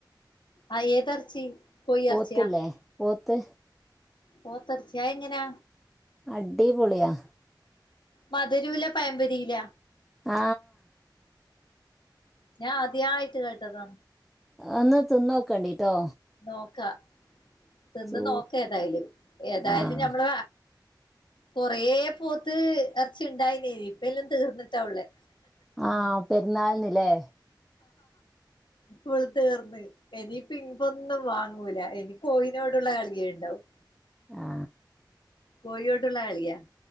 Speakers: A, on the left; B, in the centre.
A: ആ ഏത ഇറച്ചി കോയി
B: പോത്തില്ലേ
A: ഇറച്ചിയാ.
B: പോത്ത്
A: പോത്തെർച്ചിയാ അയെങ്ങനെയാ
B: അടിപൊളിയാ
A: മധുരോല്ല പയമ്പൊരിയില്ല.
B: ആ
A: ഞാൻ അദ്യായിട്ട് കേട്ടതാ
B: അന് തിന്നോക്കണ്ടിട്ടോ.
A: നോക്കാ തിന്നുനോക്കാ
B: സൂ
A: ഏതായാലും ഏതായാലും
B: ആഹ്
A: ഞമ്മള് കൊറെ പോത്ത് എറച്ചി ഉണ്ടായിന്നേനി ഇപ്പ എല്ലാം തീർന്നിട്ടായൊള്ളേ.
B: ആ പെരുന്നാളിനില്ലേ.
A: ഫുൾ തീർന്. എനി പിൻപൊന്നും വാങ്ങൂല എനി കോഴിനോടുള്ള കളിയേണ്ടാവും
B: ആ
A: കോഴിയൊടുള്ള അളിയാ